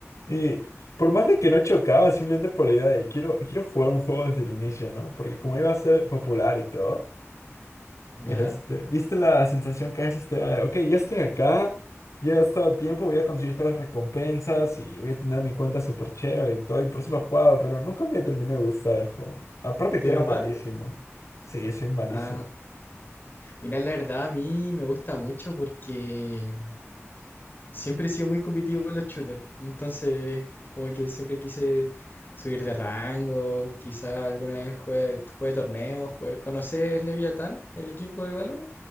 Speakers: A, on the left; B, on the left.
A: Y por más de que no chocaba, simplemente por la idea de, quiero, quiero jugar un juego desde el inicio, ¿no? Porque como iba a ser popular y todo.
B: ¿Ya?
A: Este, ¿viste la sensación que es este? ah, Ok, ya estoy acá, ya he estado tiempo, voy a conseguir todas las recompensas y voy a tener mi cuenta súper chévere y todo, y por eso lo jugaba, pero nunca me terminó de gustar el juego. Aparte
B: ¿De
A: que
B: verdad?
A: era malísimo. Sí, soy malísimo.
B: Ah, mira, la verdad a mí me gusta mucho porque siempre he sido muy competitivo con los shooters. Entonces, como que siempre quise subir de rango, quizá alguna vez juegue, juegue torneos, juegue... ¿Conoces Leviatán, el equipo de valor.